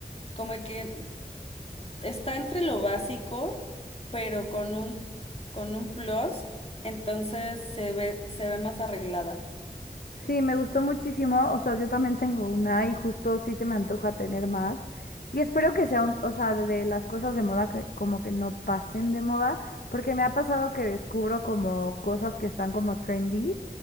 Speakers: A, on the left; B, on the left.
A: como que está entre lo básico, pero con un, con un plus, entonces se ve, se ve más arreglada.
B: Sí, me gustó muchísimo. O sea, yo también tengo una y justo sí se me antoja tener más. Y espero que sea un, o sea, de de las cosas de moda que como que no pasen de moda, porque me ha pasado que descubro como cosas que están como trendy,